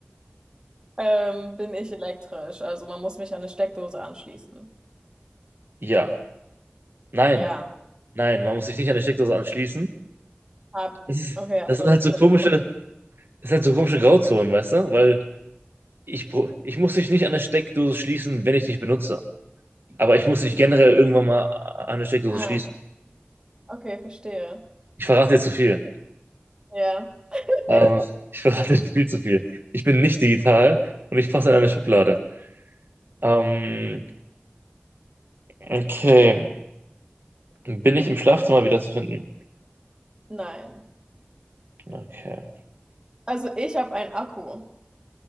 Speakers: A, on the right; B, on the right.
A: Ähm, bin ich elektrisch? Also man muss mich an eine Steckdose anschließen.
B: Ja. Nein.
A: Ja.
B: Nein, man muss sich nicht an die Steckdose anschließen.
A: Hab.
B: Das ist,
A: Okay.
B: das
A: ach so,
B: sind halt so komische, das sind halt so komische Grauzonen, weißt du? Weil ich, bro- ich muss dich nicht an der Steckdose schließen, wenn ich dich benutze. Aber ich muss dich generell irgendwann mal an der Steckdose
A: Ah,
B: schließen.
A: okay, verstehe.
B: Ich verrate dir zu viel.
A: Ja. <laughs>
B: Ähm, <laughs> ich verrate dir viel zu viel. Ich bin nicht digital und ich passe in eine Schublade. Ähm, okay. Bin ich im Schlafzimmer wieder zu finden?
A: Nein.
B: Okay.
A: Also ich habe einen Akku.